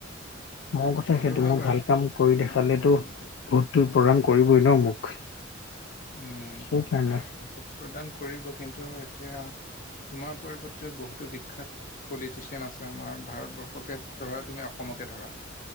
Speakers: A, on the left; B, on the left.
A: মোৰ কথা সেইটো
B: হয়
A: মই
B: বাৰু
A: ভাল কাম কৰি দেখালেটো
B: কিন্তু
A: ভোটটো প্ৰদান কৰিবই ন মোক
B: উম
A: সেইকাৰণে
B: ভোট প্ৰদান কৰিব কিন্তু এতিয়া তোমাৰ পৰিৱৰ্তেও বহুতো বিখ্যাত পলিটিচিয়ান আছে আমাৰ ভাৰতবৰ্ষকে ধৰা তুমি অসমকে ধৰা